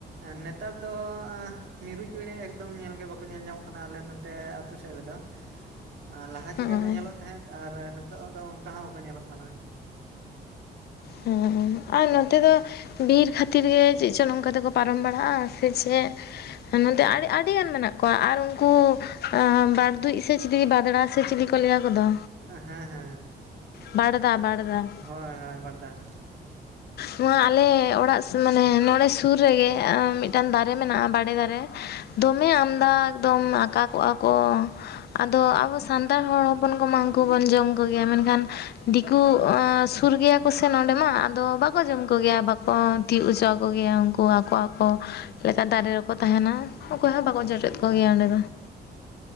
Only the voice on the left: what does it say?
ᱦᱚᱸᱜᱼᱚᱭ
ᱦᱩᱸ, ᱟᱨ ᱱᱚᱛᱮ ᱫᱚ ᱵᱤᱨ ᱠᱷᱟᱹᱛᱤᱨ ᱜᱮ ᱪᱮᱜ ᱪᱚ ᱱᱚᱝᱠᱟ ᱫᱚᱠᱚ ᱯᱟᱨᱚᱢ ᱵᱟᱲᱟᱜ-ᱟ ᱥᱮ ᱪᱮᱫ? ᱱᱚᱛᱮ
ᱟᱹᱰᱤ ᱟᱹᱰᱤ ᱜᱟᱱ ᱢᱮᱱᱟᱜ ᱠᱚᱣᱟ ᱟᱨ ᱩᱱᱠᱩ ᱟᱸ ᱵᱟᱲᱫᱩᱡ ᱥᱮ ᱪᱤᱞᱤ ᱵᱟᱫᱽᱲᱟ ᱥᱮ ᱪᱤᱞᱤ ᱠᱚ ᱞᱟᱹᱭᱟ ᱠᱚᱫᱚ?
ᱵᱟᱲᱫᱟ ᱵᱟᱲᱫᱟ ᱾
ᱱᱚᱣᱟ ᱟᱞᱮ ᱚᱲᱟᱜ ᱢᱟᱱᱮ ᱱᱚᱸᱰᱮᱼᱼ ᱥᱩᱨ ᱨᱮᱜᱮ ᱟᱸ ᱢᱤᱫᱴᱟᱝ ᱫᱟᱨᱮ ᱢᱮᱱᱟᱜ-ᱟ ᱵᱟᱲᱮ ᱫᱟᱨᱮᱼᱼ ᱫᱚᱢᱮ ᱟᱢᱫᱟ ᱮᱠᱫᱚᱢ ᱟᱠᱟᱸ ᱠᱚᱜᱼᱟ ᱠᱚ ᱾ ᱟᱫᱚ ᱟᱵᱚ ᱥᱟᱱᱛᱟᱲ ᱦᱚᱲ ᱦᱚᱯᱚᱱ ᱠᱚᱢᱟ ᱩᱱᱠᱩ ᱵᱚᱱ ᱡᱚᱢ ᱠᱚᱜᱮᱭᱟ, ᱢᱮᱱᱠᱷᱟᱱᱼᱼ ᱫᱤᱠᱩ ᱟᱻ ᱥᱩᱨ ᱜᱮᱭᱟ ᱠᱚᱥᱮ ᱱᱚᱸᱰᱮ ᱢᱟ ᱟᱫᱚ ᱵᱟᱠ ᱵᱟᱠᱚ ᱡᱚᱢ ᱠᱚᱜᱮᱭᱟ ᱵᱟᱠᱚ ᱛᱤᱭᱚᱜ ᱚᱪᱚᱣ ᱟᱠᱚ ᱩᱱᱠᱩ ᱟᱠᱚ ᱟᱠᱚ ᱞᱮᱠᱟ ᱫᱟᱨᱮ ᱨᱮᱠᱚ ᱛᱟᱦᱮᱱᱟ ᱾ ᱚᱠᱚᱭ ᱦᱚᱸ ᱵᱟᱠᱚ ᱡᱚᱴᱮᱫ ᱠᱚᱜᱮᱭᱟ
ᱚᱸᱰᱮ ᱫᱚ ᱾